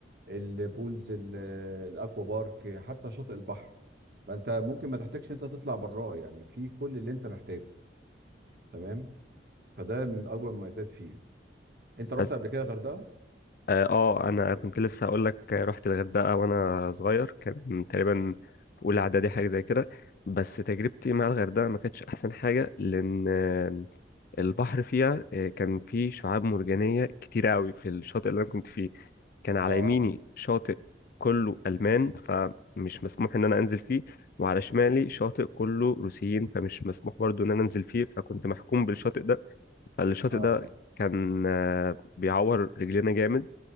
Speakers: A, on the right; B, on the left.
A: البولز ال- الاكوا بارك حتى شاطئ البحر فانت ممكن ما تحتاجش انت تطلع براه يعني في كل اللي انت محتاجه تمام فده من اكبر المميزات فيه انت رحت
B: بس
A: قبل كده الغردقه
B: اه آه، انا كنت لسه هقول لك آه، رحت الغردقه وانا صغير كان تقريبا في اولى اعدادي حاجه زي كده بس تجربتي مع الغردقه ما كانتش احسن حاجه لان آه، البحر فيها آه، كان فيه شعاب مرجانيه كتير قوي في الشاطئ اللي انا كنت فيه كان على
A: اه
B: يميني شاطئ كله المان فمش مسموح ان انا انزل فيه وعلى شمالي شاطئ كله روسيين فمش مسموح برضو ان انا انزل فيه فكنت محكوم بالشاطئ ده فالشاطئ
A: اه
B: ده كان آه، بيعور رجلينا جامد